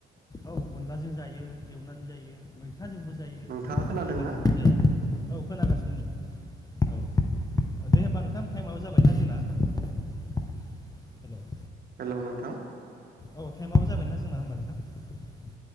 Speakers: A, on the left; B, on the right.
A: औ अनलाजों जायो एवनानै जायो मैथाजोंबो जायो
B: नोंथाङा
A: मैथा
B: खोनादों
A: बांगालजोंबो
B: ना?
A: जायो औ खोनागासिनो नै औ दे होनबा नोंथां टाइमाबो जाबाय ना जोंना हेल'।
B: हेलौ नोंथां।
A: औ थटाइमाबबो जाबायना जोंना होमबा नोंथां।